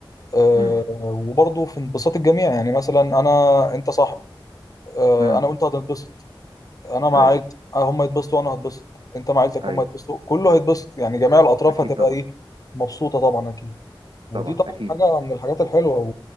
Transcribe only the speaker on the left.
آه
وبرضه في انبساط الجميع يعني مثلا انا انت صاحبي آه
انا وانت هتنبسط انا مع
عيلتي آه، هم يتبسطوا وانا هتبسط انت مع عيلتك
هم يتبسطوا كله هيتبسط يعني جميع الاطراف
هتبقى
ايه مبسوطه طبعا اكيد ودي
طبعا
حاجه من الحاجات الحلوه و...